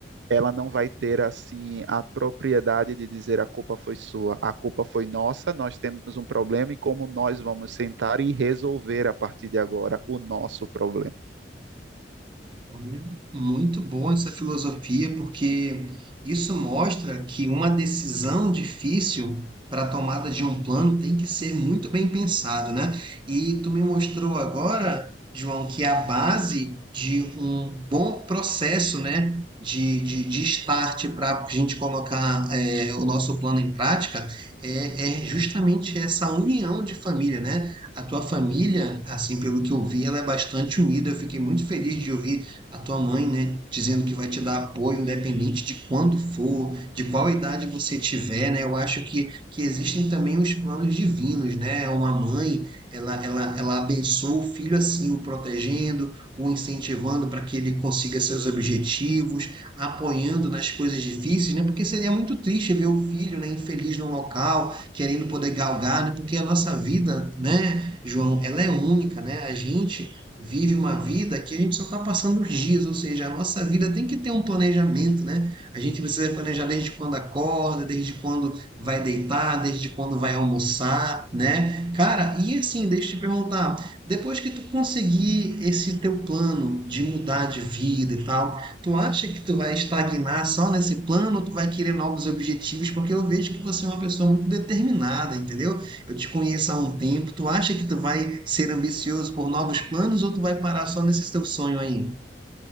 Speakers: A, on the right; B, on the right.
A: ela não vai ter assim a propriedade de dizer a culpa foi sua, a culpa foi nossa, nós temos um problema e como nós vamos sentar e resolver a partir de agora o nosso problema.
B: Olha, muito bom essa filosofia, porque isso mostra que uma decisão difícil para a tomada de um plano tem que ser muito bem pensado, né? E tu me mostrou agora, João, que é a base de um bom processo, né, de, de, de start para a gente colocar eh, o nosso plano em prática é, é justamente essa união de família, né? A tua família, assim, pelo que eu vi, ela é bastante unida. Eu fiquei muito feliz de ouvir a tua mãe, né, dizendo que vai te dar apoio independente de quando for, de qual idade você tiver, né? Eu acho que, que existem também os planos divinos, né? Uma mãe, ela, ela, ela abençoa o filho assim, o protegendo, o incentivando para que ele consiga seus objetivos, apoiando nas coisas difíceis, né? Porque seria muito triste ver o filho, né, infeliz num local, querendo poder galgar, né? Porque a nossa vida, né, João, ela é única, né? A gente vive uma vida que a gente só está passando os dias, ou seja, a nossa vida tem que ter um planejamento, né? A gente precisa planejar desde quando acorda, desde quando vai deitar, desde quando vai almoçar, né? Cara, e assim, deixa eu te perguntar, depois que tu conseguir esse teu plano de mudar de vida e tal, tu acha que tu vai estagnar só nesse plano ou tu vai querer novos objetivos? Porque eu vejo que você é uma pessoa muito determinada, entendeu? Eu te conheço há um tempo. Tu acha que tu vai ser ambicioso por novos planos ou tu vai parar só nesse teu sonho aí?